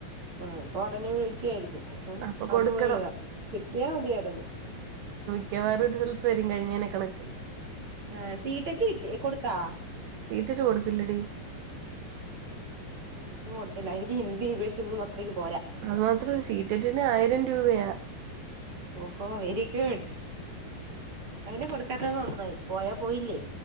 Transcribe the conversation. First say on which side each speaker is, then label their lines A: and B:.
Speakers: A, on the right (about 30°); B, on the right (about 80°).
A: ആഹ് അപ്പ ഒടനെ വിളി ക്കുവായിരിക്കും ഉം
B: അപ്പൊ കൊടുക്കണം
A: അത് പോയി എഴുതാം കിട്ടിയാ മതിയായിരുന്നു.
B: <unintelligible> ത്ത് വരും കഴിഞ്ഞനെ കണക്ക്.
A: ആ സീട്ടറ്റ് കിട്ടി കൊടുത്താ?
B: സീട്ടറ്റ് കൊടുത്തില്ലടി.
A: ഒന്നും കൊടുത്തില്ല എനിക്ക് ഹിന്ദിയും ഇംഗ്ലീഷ് ഒന്നും അത്രക്ക് പോരാ.
B: അത് മാത്രല്ല സീറ്ററ്റിന് ആയിരം രൂപയാ.
A: ഓഹോ വെരി ഗുഡ്. അതിനു കൊടുക്കാത്തത് നന്നായി പോയാ പോയില്ലേ.